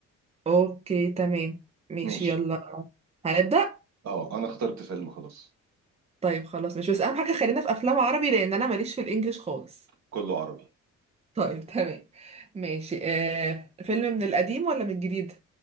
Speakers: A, on the right; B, on the right.
A: اوكي تمام ماشي
B: ماشي
A: يلا هنبدأ
B: اه انا اخترت فيلم خلاص
A: طيب خلاص مش بس اهم حاجة خلينا في افلام عربي لان انا ماليش في الانجليش خالص
B: كله عربي
A: طيب تمام ماشي آه... فيلم من القديم ولا من الجديد